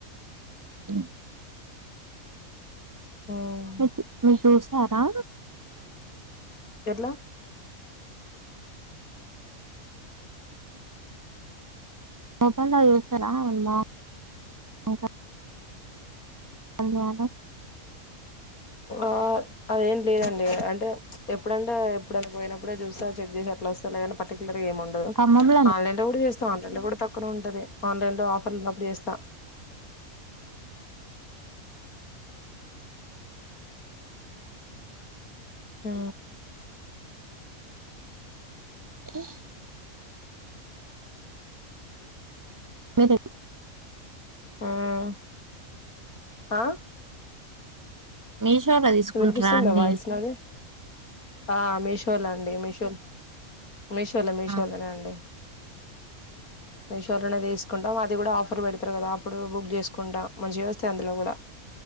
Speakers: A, on the right; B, on the left.
A: ఆ
B: ఉమ్
A: మిస్ మి షూస్ ఏస్తారా
B: ఎట్లా
A: మొబైల్లో యూసరా మ మొ హంగణ
B: ఆ అదేం లేదండి అంటే ఎప్పుడంటే ఎప్పుడనా పోయినడే చూస్తా చెక్ చేసి అట్లా వస్తా లేదంటే పర్టికులర్ ఏమి ఉండదు
A: ఖమ్మంలో
B: ఆన్లైన్ లో కూడా చూస్తా ఆన్లైన్ లో కూడా తక్కువ ఉంటది ఆన్లైన్ లో ఆఫర్లు ఉన్నప్పుడు చేస్తా ఆ
A: ఏ మీది
B: ఉమ్ ఆ
A: మీషోలో తీసుకుంటారా
B: వినిపిస్తుందా
A: అండి
B: వాయిస్ నాది ఆ మీషోల అండి మీషోల్ మీషోలో
A: వినిపిస్తుంది
B: మీషోలోనే అండి మీషోలనే తీస్ కుంటాం అది కూడా ఆఫర్ పెడతారు కదా అప్పుడు బుక్ చేసుకుంటా మంచిగస్తాయి అందులో కూడా